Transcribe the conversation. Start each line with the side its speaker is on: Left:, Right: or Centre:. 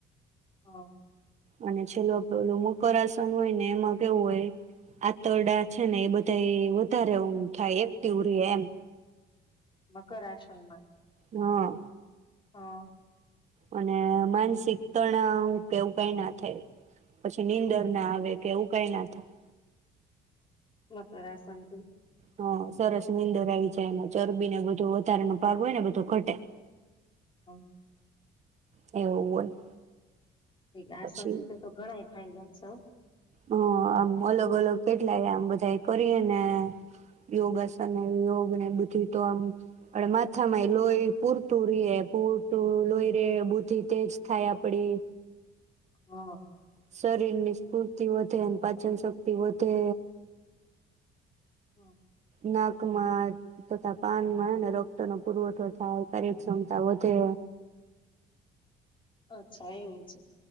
Left: હા.
Right: અને છેલ્લું પેલું મકર આસન હોયને એમાં કેવું હોય આંતરડા છેને એ બધા વધારે થાય એક્ટિવ થાય એમ
Left: મકર આસનમાં
Right: હા.
Left: હા.
Right: અને માનસિક તણાવ કેવું કઈ ના થાય પછી નીંદર ના આવે કે એવું કઈ ના થાય.
Left: મકર આસનથી
Right: હ સરસ નીંદર આવી જાય એમાં ચરબીને બધું વધારાનો ભાગ હોય ને બધું ઘટે
Left: હમ.
Right: એવું હોય.
Left: આસનથી
Right: પછી
Left: તો તો ઘણા એ ફાયદા છ.
Right: હ આમ અલગ અલગ કેટલાય આમ બધા એ કરીએ ને યોગાસન યોગને બુદ્ધિ તો આમ આપડ માથામાં એ લોહી પૂરતું રેએ પૂરતું લોહી રે બુદ્ધિ તેજ થાય આપડી
Left: હા.
Right: શરીરની સ્ફૂર્તિ વધે પાચન શક્તિ વધે.
Left: હ
Right: ના તથા પાનમાં રક્તનો પુરવઠો થાય કાર્યક્ષમતા વધે
Left: અચ્છા એવું છે.